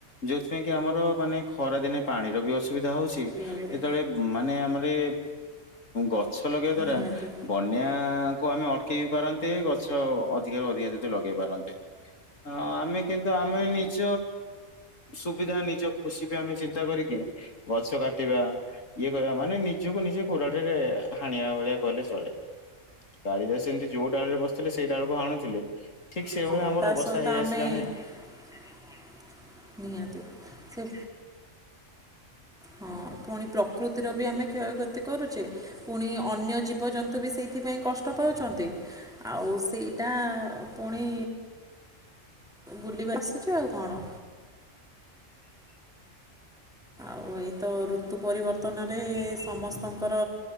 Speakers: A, on the left (about 75°); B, in the centre.
A: ଯୋଉଥିପାଇ କି ଆମର ମାନେ ଖରା ଦିନେ ପାଣିର ବି ଅ ସୁବିଧା ହଉଛି
B: ସେ ଭାବରେ
A: ଯେତେବେ ମାନେ ଆମର ଵି ଗଛ ଲଗେଇବା ଦ୍ଵାରା
B: ନିହାତି
A: ବନ୍ୟା କୁ ଆମେ ଅଟକେଇ ବି ପାରନ୍ତି ଗଛ ଅଧିକ ର ଅଧିକା ଯେତେ ଲଗେଇ ପାରନ୍ତେ ଆମେ କିନ୍ତୁ ଆମେ ନିଜ ସୁବିଧା ନିଜ ଖୁସି ବି ଆମେ ଚିନ୍ତା କରିକି ଗଛ କାଟିବା ଇଏ କରିବା ମାନେ ନିଜକୁ ନିଜେ କୁରାଢ଼ୀ ରେ ହାଣିବା ଭଳିଆ କଲେ ଚଳେ କାଳିଦାସ ସେମିତି ଯୋଉ ଡାଳରେ ବ ହେଲେ ସେଇଟା ବେଳକୁ ହାଣୁଥିଲେ
B: ହଁ
A: ଆମର
B: ତା
A: ଅବସ୍ଥା
B: ସହିତ
A: ହେଇ
B: ଆମେ
A: ଆସିଲାଣି
B: ନିହାତି
A: ଆଉ।
B: ସେ ହଁ ପୁଣି ପ୍ରକୃତିର ବି ଆମେ କ୍ଷୟକ୍ଷତି କରୁଛେ ପୁଣି ଅନ୍ୟ ଜୀବଜନ୍ତୁ ବି ସେଇଥିପାଇଁ କଷ୍ଟ ପାଉଛନ୍ତି ଆଉ ସେଇଟା ପୁଣି ବୁଲ ଆସୁଛି ଆଉ କଣ? ଆଉ ଏଇ ତ ଋତୁ ପରିବର୍ତ୍ତନରେ ସମସ୍ତଙ୍କର